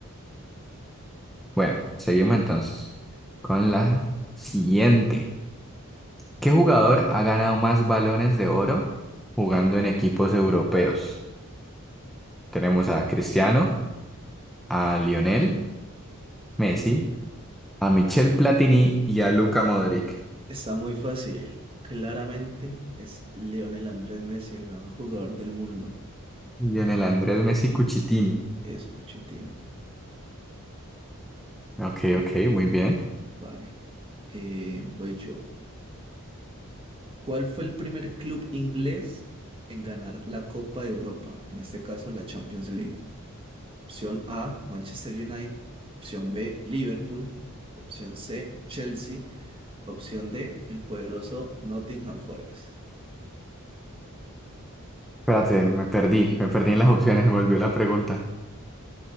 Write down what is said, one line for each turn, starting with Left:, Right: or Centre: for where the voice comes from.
Centre: Bueno, seguimos entonces con la siguiente. ¿Qué jugador ha ganado más balones de oro jugando en equipos europeos? Tenemos a Cristiano, a Lionel, Messi a Michel Platini y a Luka Modric.
Right: Está muy fácil. Claramente es Lionel Andrés Messi el mejor jugador del mundo.
Centre: Lionel Andrés Messi Cuchitini.
Right: Eso, Cuchitini.
Centre: Ok, ok, muy bien.
Right: Vale. Eh, voy yo. ¿Cuál fue el primer club inglés en ganar la Copa de Europa? En este caso, la Champions League. Opción A, Manchester United. Opción B, Liverpool. Opción C, Chelsea. Opción D, el poderoso Nottingham Forest.
Centre: Espérate, me perdí, me perdí en las opciones, se me olvidó la pregunta.